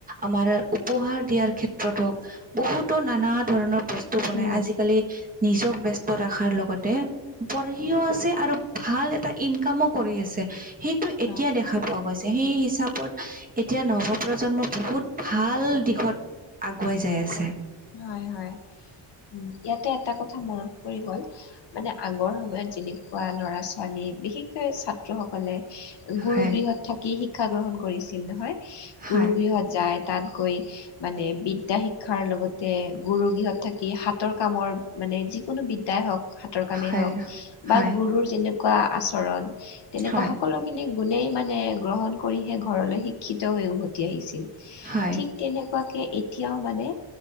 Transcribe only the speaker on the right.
আমাৰ উপহাৰ দিয়াৰ ক্ষেত্ৰত হওক, বহুতো নানা ধৰণৰ বস্তু তো মানে
আজিকালি নিজক ব্যস্ত ৰখাৰ লগতে পঢ়িও আছে, আৰু ভাল এটা ইনকামো কৰি আছে। সেইটো
এতিয়া দেখা পোৱা গৈছে। সেই হিচাপত এতিয়া নৱপ্ৰজন্ম বহুত ভাল দিশত আগুৱাই যায় আছে।
হয়
হয়
হয়,
হয়,
হয়,
হয়,